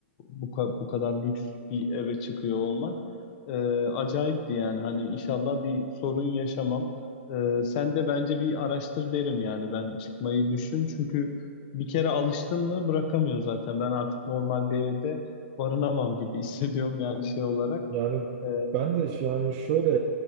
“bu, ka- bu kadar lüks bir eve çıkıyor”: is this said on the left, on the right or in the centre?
Left